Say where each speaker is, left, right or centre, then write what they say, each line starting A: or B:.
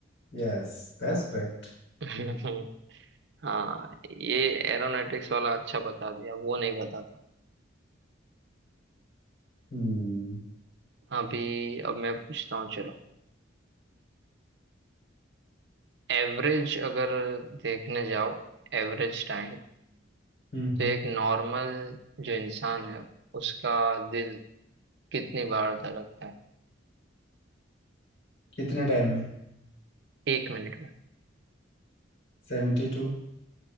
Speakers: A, on the left; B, on the right.
A: Yes that's correct
B: <laughs> हाँ ये एरोनॉटिक्स वाला अच्छा बता दिया वो नहीं पता था
A: हम्म
B: अभी अब मैं पूछता हूँ चलो एवरेज अगर देखने जाओ एवरेज टाइम
A: हम्म
B: तो
A: हम्म।
B: एक नॉर्मल जो इंसान है उसका दिल कितनी बार धड़कता है
A: कितने टाइम में
B: एक मिनट में
A: Seventy to